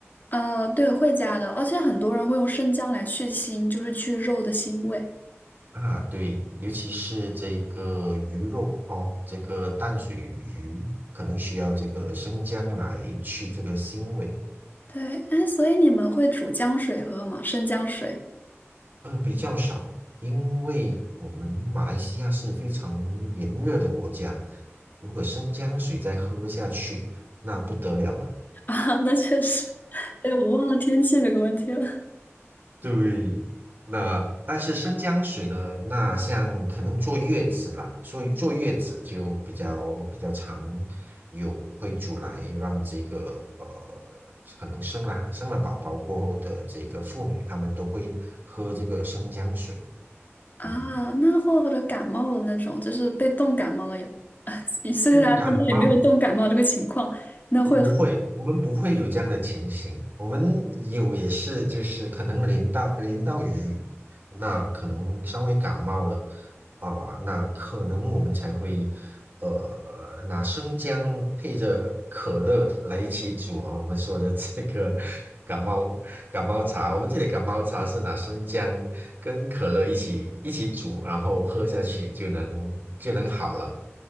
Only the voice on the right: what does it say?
啊，对，尤其是这个鱼肉哦，这个淡水鱼可能需要这个生姜来去这个腥味，
呃，比较少，因为我们马来西亚是非常炎热的国家，如果生姜水再喝下去，那不得了了。
对，那但是生姜水呢？那像可能坐月子啦，所以坐月子就比较比较常有会煮来让这个呃，可能生了生了宝宝过后的这个妇女，她们都会喝这个生姜水。
嗯，
嗯，感冒
不会，我们不会有这样的情形。我们有也是，就是可能淋到淋到雨，那可能稍微感冒了啊、那可能我们才会呃拿生姜配着可乐来一起煮啊。我们说的这个 <laughs> 感冒感冒茶，我们这里感冒茶是拿生姜跟可乐一起一起煮，然后喝下去就能就能好了。